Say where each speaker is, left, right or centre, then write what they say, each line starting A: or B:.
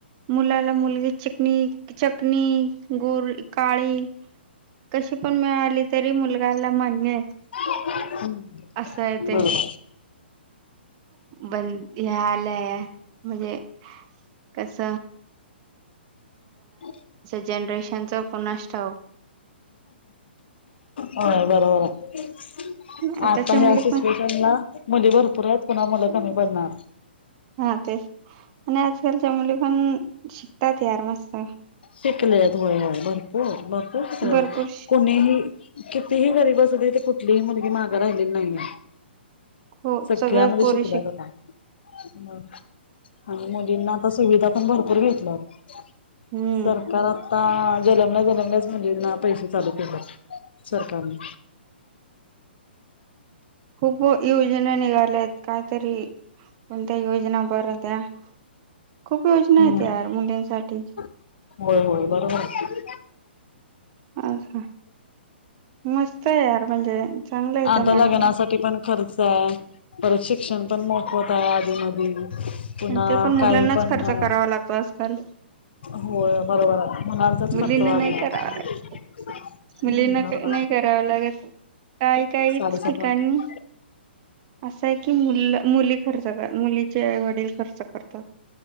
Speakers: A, on the right; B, on the left.
A: मुलाला मुलगी चिकणी चकणी गोर काळी कशी पण मिळाली तरी मुलगाला मान्य आहे.
B: हम्म
A: असं आहे ते
B: बरोबर
A: बंद हे आलंय म्हणजे कस
B: <inaudible>
A: जनरेशनच कोणास ठाऊक
B: होय बरोबर हाय
A: आताच्या
B: आता ह्या
A: मुली
B: सिच्युएशनला
A: पण
B: मुली भरपूर आहेत पुन्हा मुलं कमी पडणार.
A: हा तेच आणि आजकालच्या मुली पण शिकतात यार मस्त.
B: शिकल्यात होय होय भरपूर भरपूर शिकलेले
A: भरपूर
B: कोणीही. कितीही गरीब असूदे ती कुठलीही मुलगी माग राहिलेली नाहीये.
A: हो
B: सगळ्या
A: सगळ्याच
B: मुली
A: पोरी
B: शिकल्यात आता. म आणि मुलींना आता सुविधा पण भरपूर भेटल्यात
A: हम्म
B: सरकार आ ता जलमल्या जलमल्या मुलींना ना पैसे चालू केल्यात. सरकारने.
A: खूप योजना निघाल्यात काहीतरी कोणत्या योजना बर त्या खूप योजना
B: हम्म
A: आहेत यार मुलींसाठी.
B: होय होय बरोबर आहे.
A: असं मस्त आहे यार म्हणजे चांगलं आहे
B: आता
A: त्या मानाने
B: लग्नासाठी पण खर्चय परत शिक्षण पण मोफत आहे आधी म पुन्हा
A: आणि ते पण मुलांनाच
B: काही पण
A: खर्च
B: अ
A: करावा लागतो आजकाल
B: होय बरोबर आहे. मुलांचाच
A: मुलींना
B: खर्च वाढला
A: नाही करावा लागत
B: हम्म
A: मुलींना
B: बरोबर.
A: नाही करावं लागत काही काहीच
B: साडेसात
A: ठिकाणी
B: वाजता.
A: असं आहे की मुल मुली खर्च कर मुलीचेआईवडील खर्च करतात.